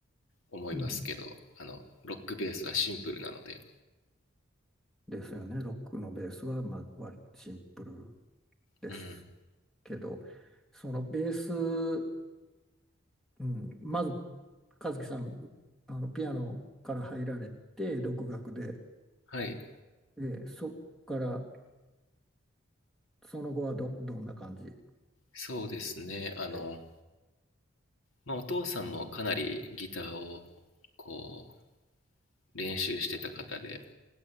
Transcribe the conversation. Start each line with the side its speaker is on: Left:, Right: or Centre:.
Left: 思いますけどあのロックベースはシンプルなので
Centre: うん、ですよね。ロックのベースは、まあ、割とシンプルです
Left: うん
Centre: けど、そのベース、うん、まず、和樹さん、あのピアノから入られて、独学で、
Left: はい
Centre: えーそこから、その後はど、どんな感じ
Left: そうですねあの、
Centre: で
Left: まあ、お父さんもかなりギターをこう練習してた方で